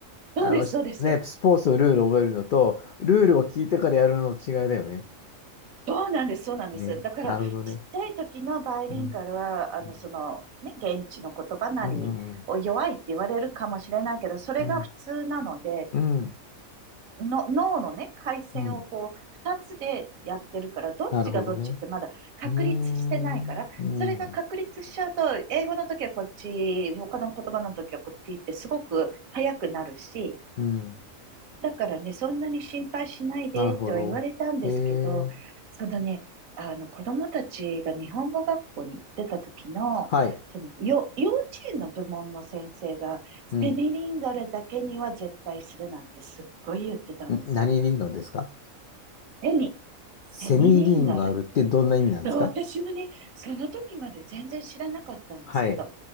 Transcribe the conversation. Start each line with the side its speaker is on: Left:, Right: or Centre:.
Left: あの、
Right: そうです、
Left: しね、
Right: そうです。
Left: スポーツのルールを覚えるのと、ルールを聞いてからやるのの違いだよね。
Right: そうなんです、そうなんです。
Left: ね、
Right: だから、
Left: なるほどね。
Right: ちっちゃい時のバイリンガルは、
Left: うん、
Right: あの、
Left: うん、
Right: その、ね、現地の言葉なりを弱いって言われるかもしれないけど、
Left: うん、
Right: それが普通なので、
Left: うん、うん、うん
Right: の脳のね、回線をこう、
Left: うん
Right: 二つでやってるから、どっちがどっちってまだ確立してないから、
Left: なるほどね。うーん、うん、
Right: それが確立しちゃうと、英語の時はこっち、他の言葉の時はこっちってすごく早くなるし、
Left: うん、
Right: だからね、そんなに心配しないでっては言われたんですけど、
Left: なるほど。えー、
Right: そのね、あの子供たちが日本語学校に行ってた時の、
Left: はい。
Right: そのよ、幼稚園の部門の先生が、
Left: うん。
Right: セミリンガルだけには絶対するなってすっごい言ってたんですよ。
Left: ん何リンゴですか
Right: セミ、セミリンガル。
Left: セミリンゴあるってどんな意味なんですか
Right: そう、私もね、その時まで全然知らなかったんですけど、
Left: はい。